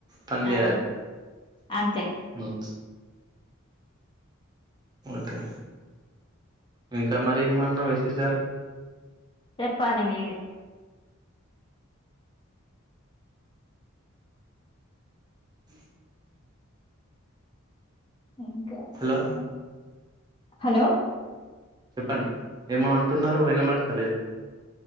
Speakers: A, on the right; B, on the left.
A: పని చేయాలి
B: ఆ అంతే
A: మంచి ఓకే ఇంకా మరి ఏమన్నా విశేషాలు
B: చెప్పాలి మీరే
A: హ
B: ఇంకా
A: హలో
B: ఆ హలో
A: చెప్పండి ఏమో అంటున్నారో వినబడతలేదు